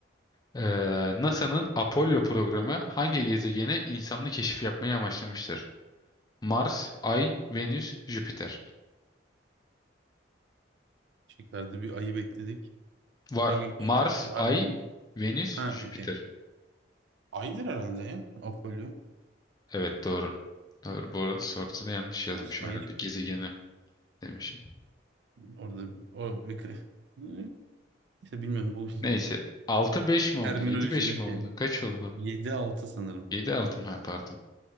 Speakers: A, on the left (about 20°); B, on the right (about 70°).
A: Ee, NASA'nın Apollo programı hangi gezegene insanlı keşif yapmayı amaçlamıştır? Mars, Ay, Venüs, Jüpiter.
B: Şıklarda bir ayı bekledik.
A: Var.
B: Ne
A: Mars,
B: var
A: Ay,
B: değil mi?
A: Venüs,
B: Ha,
A: Jüpiter.
B: okey. Aydır herhalde ya. Apollo.
A: Evet doğru. Doğru. Bu arada soruda da yanlış yazmışım
B: Mars'ta
A: herhalde.
B: ayı çıkıyor.
A: Gezegeni demişim.
B: Orada o bir kı- Hı, işte bilmiyorum bu
A: Neyse. Altı beş
B: <laughs>
A: mi oldu?
B: terminolojide
A: Yedi beş mi oldu?
B: şey
A: Kaç oldu?
B: 7-6 sanırım.
A: Yedi altı mı? Ha, pardon.